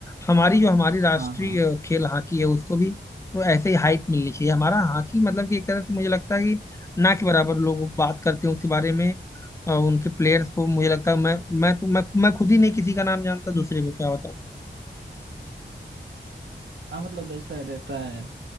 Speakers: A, on the left (about 15°); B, on the right (about 70°).
A: हमारी जो हमारी राष्ट्रीय
B: हाँ हाँ
A: अ, खेल हॉकी है उसको भी वो ऐसे ही हाइप मिलनी चाहिए हमारा हॉकी मतलब कि एक तरह से मुझे लगता है कि ना के बराबर लोग बात करते हैं उसके बारे में अ, उनके प्लेयर्स को मुझे लगता है मैं मैं तो मैं मैं खुद ही नहीं किसी का नाम जानता दूसरे को क्या बताऊं
B: हाँ मतलब ऐसा रहता है